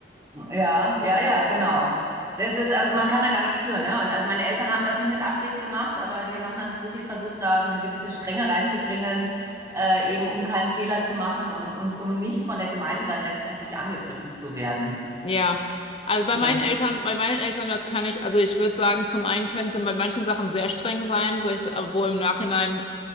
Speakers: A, on the right (about 20°); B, on the left (about 30°).
A: ja, ja, ja, genau. Das ist, äh, man kann da gar nichts für, ne? Und also meine Eltern haben das nicht mit Absicht gemacht, aber die haben dann wirklich versucht, da so eine gewisse Strenge reinzubringen, äh, eben um keinen Fehler zu machen und, und um nicht von der Gemeinde dann letztendlich angegriffen zu werden.
B: Ja, also bei
A: Ja.
B: meinen Eltern, bei meinen Eltern, das kann ich, also ich würde sagen, zum einen können sie bei manchen Sachen sehr streng sein, wo ich, wo im Nachhinein